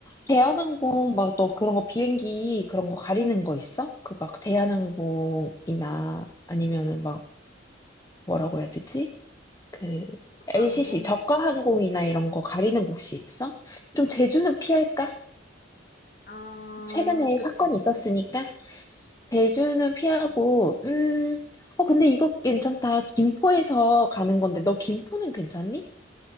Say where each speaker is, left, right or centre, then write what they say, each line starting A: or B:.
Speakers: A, on the left; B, on the left.
A: 대한항공 막 너 그런 거 비행기 그런 거 가리는 거 있어? 그 막 대한항공이나 아니면은 막 뭐라고 해야 되지? 그
B: 특가항공
A: LCC 저가 항공이나 이런 거 가리는 거 혹시 있어? 좀 제주는 피할까?
B: 아,
A: 최근에
B: 그치.
A: 사건이 있었으니까 제주는 피하고 음 어 근데 이거 괜찮다 김포에서 가는 건데 너 김포는 괜찮니?